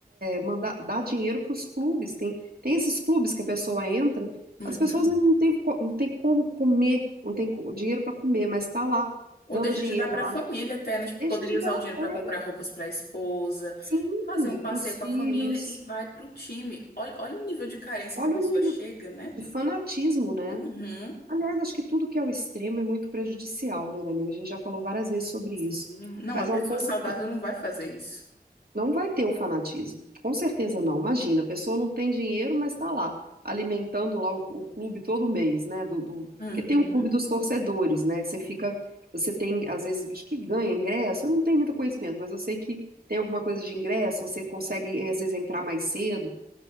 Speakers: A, on the right; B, on the left.
A: mandar dar dinheiro para os clubes. Tem, tem esses clubes que a pessoa entra,
B: Uhum.
A: as pessoas não têm co- não tem como comer, não tem co- dinheiro para comer, mas está lá,
B: Ou
A: dando
B: deixa
A: dinheiro
B: de dar para
A: lá.
B: a família até, né? Tipo,
A: Deixa
B: poderia
A: de
B: usar
A: dar,
B: o dinheiro
A: é,
B: para comprar roupas para a esposa,
A: sim,
B: fazer um passeio
A: para os
B: com
A: filhos.
B: a família e vai para o time. Olha, olha o nível de carência
A: Olha
B: que a pessoa
A: o nível
B: chega, né?
A: de fanatismo, né?
B: Uhum.
A: Aliás, acho que tudo que é o extremo é muito prejudicial, né, minha amiga? A gente já falou várias vezes sobre
B: Sim.
A: isso.
B: Não,
A: Mas
B: a pessoa
A: ao ponto,
B: saudável não vai fazer isso.
A: não vai ter o fanatismo. Com certeza não. Imagina, a pessoa não tem dinheiro, mas está lá, alimentando lá o, o clube todo mês, né? Do, do-
B: Uhum.
A: Porque tem um clube dos torcedores, né? Você fica, você tem, às vezes, acho que ganha ingresso. Eu não tenho muito conhecimento, mas eu sei que tem alguma coisa de ingresso, você consegue, eh, às vezes, entrar mais cedo.